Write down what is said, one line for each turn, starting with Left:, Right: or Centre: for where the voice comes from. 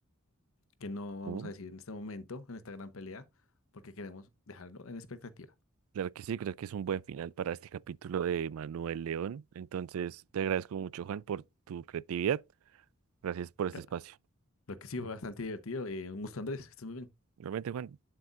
Left: que no vamos
Right: ujú.
Left: a decir en este momento, en esta gran pelea, porque queremos dejarlo en expectativa.
Right: Claro que sí, creo que es un buen final para este capítulo de Manuel León. Entonces te agradezco mucho, Juan, por tu creatividad. Gracias por este
Left: Claro.
Right: espacio.
Left: Lo que sí fue bastante divertido. eh, un gusto, Andrés, que estés muy bien.
Right: Realmente, Juan.